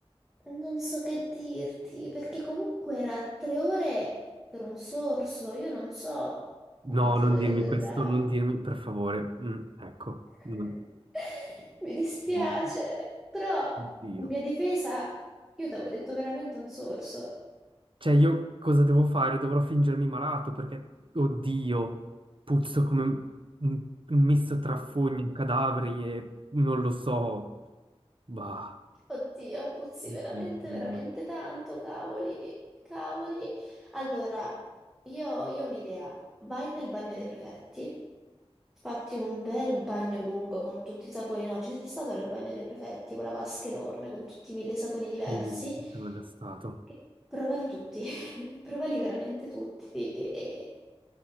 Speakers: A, in the centre; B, on the right (about 55°).
A: Non so che dirti, perché comunque era tre ore per un sorso, io non so quante
B: No, non
A: ore
B: dirmi
A: durerà.
B: questo, non dirmi, per favore. Mm, ecco.
A: <laughs>
B: Mm.
A: Mi dispiace,
B: No.
A: però
B: Oddio.
A: in mia difesa io ti avevo detto veramente un sorso.
B: Cioè, io cosa devo fare? Dovrò fingermi malato perché, oddio, puzzo come un, un misto tra fogne, cadaveri e non lo so. Bah,
A: Oddio, puzzi
B: oddio.
A: veramente, veramente tanto, cavoli, cavoli. Allora, io, io ho un'idea. Vai nel bagno dei prefetti, fatti un bel bagno lungo con tutti i saponi. No, ci sei stato nel bagno dei prefetti, quella vasca enorme con tutti i mille saponi diversi.
B: Sì, ci sono già stato.
A: Che- Provali tutti, <laughs> provali veramente tutti. E,